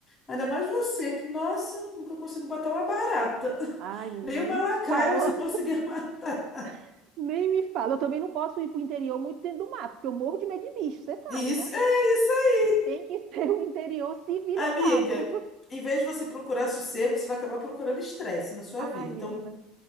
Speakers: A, on the left; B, on the right.
A: Ainda mais você, que, nossa, nunca consigo matar uma barata. <laughs>
B: Ai, menina,
A: Nem uma
B: nem
A: lacraia
B: me fala,
A: você conseguia <laughs> matar.
B: <laughs> nem me fala. Eu também não posso ir para o interior muito dentro do mato, porque eu morro de medo de bicho, você sabe,
A: Isso,
B: né?
A: é isso aí,
B: Tem que <laughs> ser um interior civilizado.
A: amiga. Em vez de você procurar sossego, você vai acabar procurando estresse na sua
B: Ai,
A: vida. Então,
B: menina.